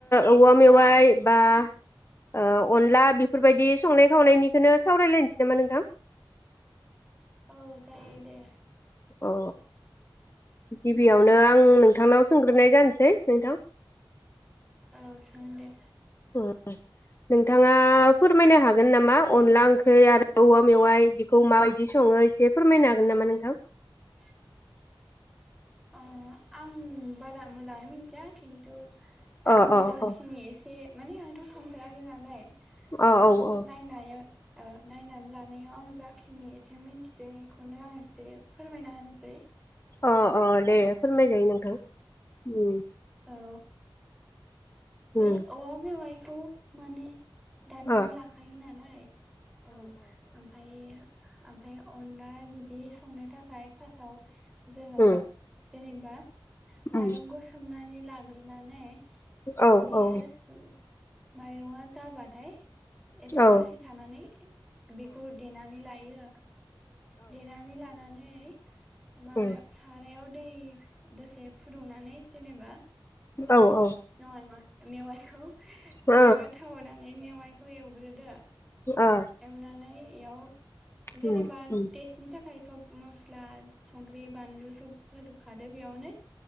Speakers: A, on the left; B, in the centre.
A: औवा मेवाइ बा ओ अनला बेफोरबायदि संनाय खावनायनिखौनो सावरायलायनोसै नामा नोंथां
B: औ जायो दे
A: अ गिबियावनो आं नोंथांनाव सोंग्रोनाय जानोसै नोंथां
B: औ सों दे
A: ओम नोंथाङा फोरमायनो हागोन नामा अनला ओंख्रि आरो औवा मेवाइ बेखौ माबायदि सङो एसे फोरमायनो हागोन नामा नोंथां
B: <inaudible> अ आं बारा मोजां मोनथिया खिनथु आं
A: अ अ
B: जाखिनि
A: अ
B: एसे माने आंथ' संफेराखै नालाय
A: अ
B: खिनथु
A: औ औ
B: नायनायाव ओ नायनानै लानायाव आं जाखिनि एसे मिन्थिदों बेखौनो आं एसे फोरमायना होनोसै
A: अ अ दे फोरमायजायो नोंथां ओम
B: औ ओ बे
A: उम
B: औवा मेवाइखौ माने दाननानै
A: अ
B: लाखायो नालाय औ ओमफायो ओमफाय अनला बिदि संनो थाखाय ओमफाय फार्स्टआव जोङो
A: उम
B: जेनेबा माइरं
A: उम
B: गोस नानै लाग्रोनानै
A: औ
B: बियो
A: औ
B: माइरंआ जाबाथाय एसे
A: औ
B: दसे थानानै बेखौ दे लायो देनानै लानानै नै माबा
A: उम
B: सारायाव दै दसे फुदुंना नानै जेनेबा
A: औ औ
B: नङा नङा ओ मेवा खौ
A: ओ
B: जेनेबा टाउना मे मेवाइखौ एवग्रोदो
A: ओ
B: एवनानै इयाव जेनेबा
A: उम उम
B: टेसटनि थाखाय फाय सब मस्ला संग्रि बानलु सब होजोबखादो बेयावनो